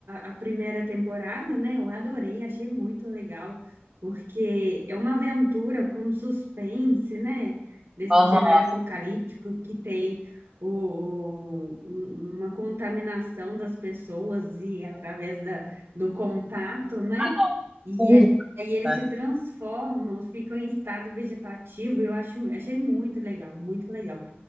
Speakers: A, on the right; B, on the right.
A: a, a primeira temporada, né? Eu adorei, achei muito legal, porque é uma aventura com suspense, né? Desse
B: Aham.
A: cenário apocalíptico que tem o, o- um- uma contaminação das pessoas e através da, do contato, né?
B: Ah, não.
A: E
B: Um,
A: a- aí eles
B: tá?
A: se transformam, ficam em estado vegetativo. Eu acho, achei muito legal, muito legal.